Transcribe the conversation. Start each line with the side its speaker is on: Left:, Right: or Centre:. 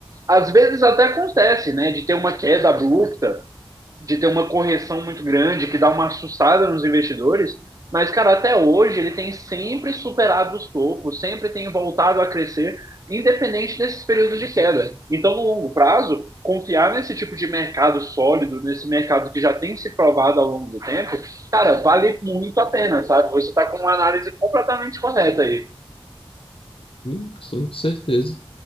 Right: às vezes até acontece, né, de ter uma queda abrupta, de ter uma correção muito grande, que dá uma assustada nos investidores, mas, cara, até hoje ele tem sempre superado os topos, sempre tem voltado a crescer, independente desses períodos de queda. Então, no longo prazo, confiar nesse tipo de mercado sólido, nesse mercado que já tem se provado ao longo do tempo, cara, vale muito a pena, sabe? Você está com uma análise completamente correta aí.
Left: Sim, sim, com certeza.